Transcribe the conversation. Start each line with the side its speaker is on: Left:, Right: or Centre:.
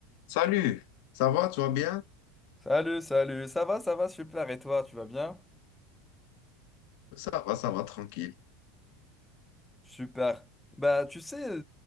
Left: Salut, ça va, tu vas bien?
Centre: Salut, salut, ça va, ça va, super, et toi, tu vas bien?
Left: Ça va, ça va, tranquille.
Centre: Super. Bah, tu sais, je